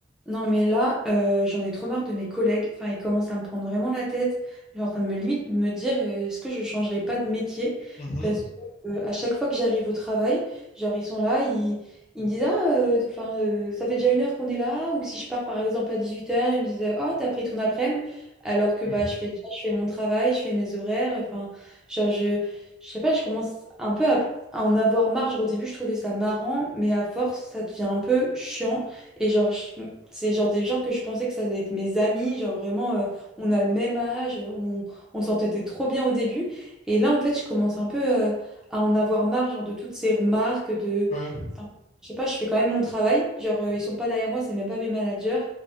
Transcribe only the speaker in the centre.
Non, mais là, euh, j'en ai trop marre de mes collègues. Enfin, ils commencent à me prendre vraiment la tête. J'ai en train de me limite de me dire, euh, est-ce que je changerai pas de métier?
Parce que euh, à chaque fois que j'arrive au travail, genre ils sont là, ils, ils me disent, ah, euh, enfin, euh, ça fait déjà une heure qu'on est là. Ou si je pars par exemple à 18h, ils me disent, euh, oh, t'as pris ton après-midi. Alors que
bah, je fais déjà, je fais mon travail, je fais mes horaires. Enfin, genre je, je sais pas, je commence un peu à, à en avoir marre. Genre au début, je trouvais ça marrant, mais à force, ça devient un peu chiant. Et genre, je- c'est genre des gens que je pensais que ça allait être mes amis, genre vraiment, euh, on a le même âge, on, on s'entendait trop bien au début. Et là, en fait, je commence un peu euh, à en avoir marre, genre de toutes ces remarques, de...
Enfin, je sais pas, je fais quand même mon travail, genre euh, ils sont pas derrière moi, c'est même pas mes managers,